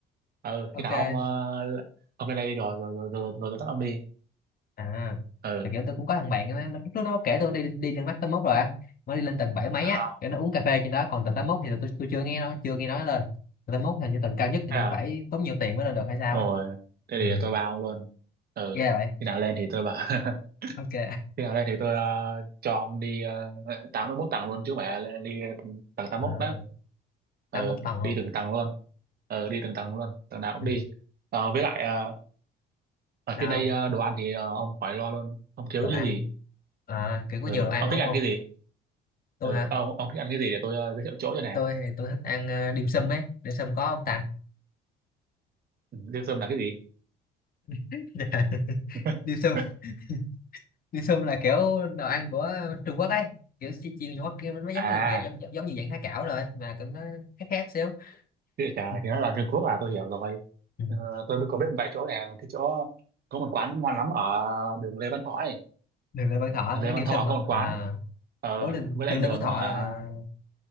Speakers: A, on the right (about 50°); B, on the left (about 45°).
A: ờ,
B: ok
A: khi nào ông ờ, ông lên đây đi rồi rồi rồi rồi, rồi, tôi dắt ông đi
B: à
A: ờ
B: thì
A: được
B: kiểu tôi cũng có thằng bạn á nó- lúc nó kể tôi đi đi lên mắt tám mốt rồi á mới đi lên tầng bảy mấy
A: không
B: á kiểu nó uống cà phê trên đó còn tầng tám mốt thì tôi, tôi chưa nghe nó chưa nghe nói lên tầng tám mốt hình như tầng cao nhất thì
A: thế
B: như
A: à
B: phải tốn nhiều tiền mới lên được hay sao
A: rồi
B: á
A: thế thì
B: ừ.
A: tôi bảo ông luôn ờ
B: ghê vậy
A: khi nào lên thì tôi bảo <laughs>
B: ok
A: khi nào lên thì tôi ờ, cho ông đi uh, tám mươi mốt tầng luôn chứ mẹ lên đi tầng tám
B: à,
A: mốt đó ờ
B: tám mốt tầng luôn
A: đi từng tầng luôn ờ đi từng tầng luôn tầng nào cũng
B: ừ.
A: đi ờ với lại ờ, ở
B: sao
A: trên đây
B: không?
A: ờ, đồ ăn thì ờ, ông khỏi lo luôn không thiếu
B: đồ ăn
A: cái gì
B: à, kiểu có
A: ờ
B: nhiều đồ ăn
A: ông thích
B: đúng
A: ăn
B: không
A: cái gì
B: tôi
A: ờ
B: hả
A: ông ông thích ăn cái gì để tôi ờ, giới thiệu chỗ cho nè
B: tôi thì tôi thích ăn ờ, dim sum ấy dim sum có không ta
A: Liêu Sâm là cái gì?
B: <laughs> Dạ.
A: <laughs>
B: dim sum <laughs> dim sum là kiểu đồ ăn của Trung Quốc ấy kiểu chi- chiên Trung Quốc kia nó giống
A: À,
B: như kiểu, giống, giống như dạng há cảo rồi mà cũng nó khác khác xíu
A: địa trà
B: Ừ.
A: thì nó là Trung Quốc à, tôi hiểu rồi.
B: Ừ.
A: Ờ, tôi mới có biết một vài chỗ này, cái chỗ có một quán ngon lắm ở đường Lê Văn Thọ ấy.
B: đường Lê Văn Thọ
A: Đường Lê
B: cái
A: Văn
B: dim
A: Thọ
B: sum
A: có
B: à,
A: một
B: à
A: quán. Ờ,
B: đối đường,
A: với lại
B: đường
A: đường
B: Lê Văn Thọ
A: đó hả?
B: là